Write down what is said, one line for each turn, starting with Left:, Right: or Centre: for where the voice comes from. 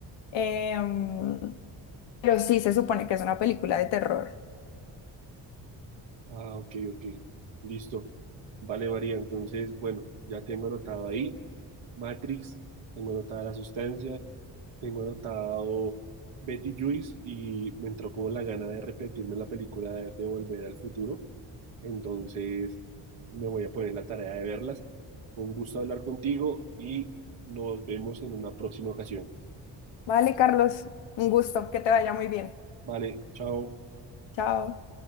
Left: em, pero sí se supone que es una película de terror.
Right: Ah, ok, ok. Listo. Vale, varía. Entonces, bueno, ya tengo anotado ahí Matrix, tengo anotada la sustancia, tengo anotado Betty Juice y me entró como la gana de repetirme la película de, de Volver al Futuro. Entonces, me voy a poner la tarea de verlas. Fue un gusto hablar contigo y nos vemos en una próxima ocasión.
Left: Vale, Carlos, un gusto, que te vaya muy bien.
Right: Vale, chao.
Left: Chao.